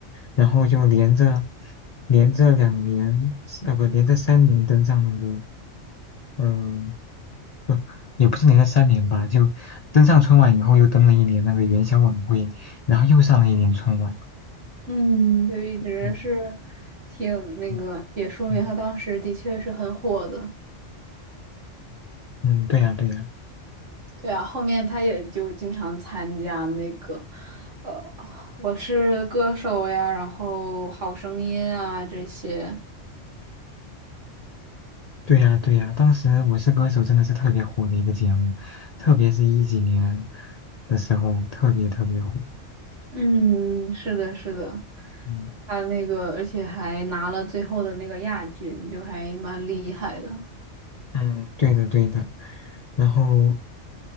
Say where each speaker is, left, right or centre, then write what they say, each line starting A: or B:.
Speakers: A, on the left; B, on the right.
A: 然后就连着连着两年，呃不，连着三年登上那个，嗯、不，也不是连着三年吧，就登上春晚以后又登了一年那个元宵晚会，然后又上了一年春晚，
B: <laughs>，嗯，就一直是
A: 嗯
B: 挺那个，
A: 嗯
B: 也说明他当时的确是很火的。
A: 嗯嗯，对呀、对呀、
B: 对啊，后面他也就经常参加那个，呃，《我是歌手》呀，然后《好声音》啊这些。
A: 对呀，对呀，当时《我是歌手》真的是特别火的一个节目，特别是一几年的时候，特别特别火。
B: 嗯，是的，是的，
A: 嗯
B: 他那个，而且还拿了最后的那个亚军，就还蛮厉害的。
A: 嗯，对的对的。然后